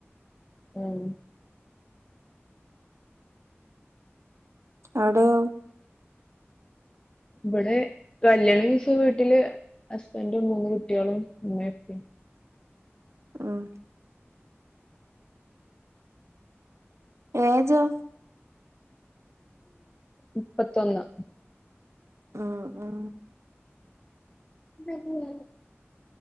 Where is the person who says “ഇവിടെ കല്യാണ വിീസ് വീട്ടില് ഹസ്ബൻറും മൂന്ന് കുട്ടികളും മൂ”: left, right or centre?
Left